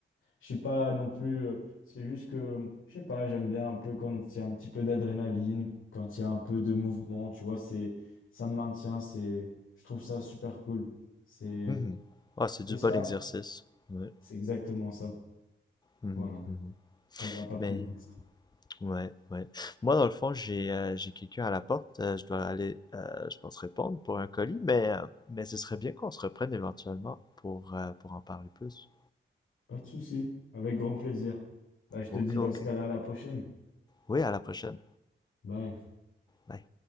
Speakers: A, on the left; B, on the left.
A: je suis pas non plus. euh, C'est juste que, je sais pas, j'aime bien un peu quand il y a un petit peu d'adrénaline, quand il y a un peu de mouvement, tu vois, c'est, ça me maintient, c'est, je trouve ça super cool. C'est,
B: Mhm. Ah, c'est
A: c'est
B: du
A: ça.
B: bon exercice. Ouais.
A: C'est exactement ça.
B: Mhm,
A: Voilà.
B: mhm.
A: Ça va pas plus
B: Mais,
A: loin que ça.
B: ouais, ouais. Moi, dans le fond, j'ai euh, j'ai quelqu'un à la porte. Euh, je dois aller, euh, je pense, répondre pour un colis, mais, euh, mais ce serait bien qu'on se reprenne éventuellement pour, euh, pour en parler plus.
A: Pas de souci. Avec grand plaisir. Bah, je te
B: Ok,
A: dis
B: ok.
A: dans ce cas-là, à la prochaine.
B: Oui, à la prochaine.
A: Bye.
B: Bye.